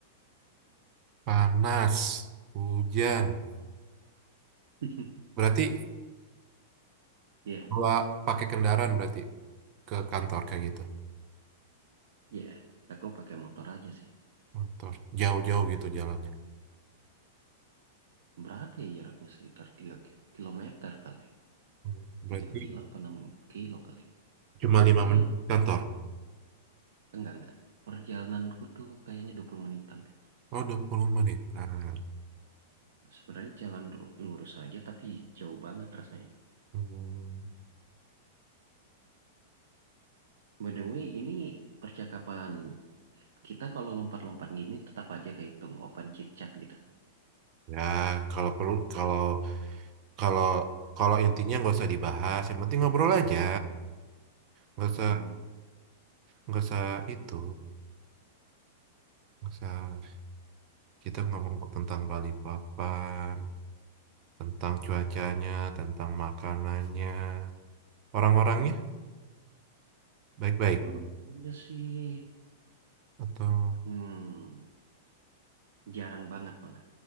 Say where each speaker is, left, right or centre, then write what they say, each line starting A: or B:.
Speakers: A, on the right; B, on the right.
A: panas, hujan,
B: <laughs>
A: berarti
B: Ya,
A: bawa pakai kendaraan berarti ke kantor kayak gitu.
B: ya. Aku pakai motor aja sih.
A: Kantor jauh-jauh gitu jalannya.
B: Berapa ya jaraknya sekitar 3 ki- kilometer kali.
A: Hmm, Berarti
B: tiga kilo apa 6 kilo kali.
A: cuma
B: Pokoknya
A: lima menit ke kantor.
B: enggak enggak. Perjalananku tuh kayaknya 20 menitan deh.
A: Oh, 20 menitan.
B: Sebenarnya jalan ru- lurus aja tapi jauh banget rasanya.
A: Hmm.
B: By the way, ini percakapan kita kalau lompat-lompat gini tetap aja kehitung open chit chat gitu.
A: Ya, kalau perlu kalau Kalau kalau intinya nggak usah dibahas, yang penting ngobrol aja. Nggak usah
B: Oh,
A: nggak usah itu, nggak usah kita ngomong tentang Bali Papan, tentang cuacanya, tentang makanannya, orang-orangnya baik-baik
B: orangnya sih
A: atau
B: hmm, jarang banget malah.